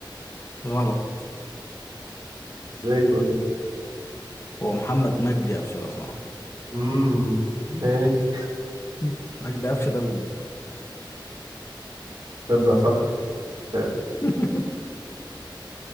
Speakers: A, on the left; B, on the right.
A: غلط
B: ازاي طيب
A: هو محمد مجدي قفشة لو سمحت
B: امم ماشي
A: <laughs> مجدي قفشة ده ابوه
B: تصدق صح فعلا.
A: <laughs>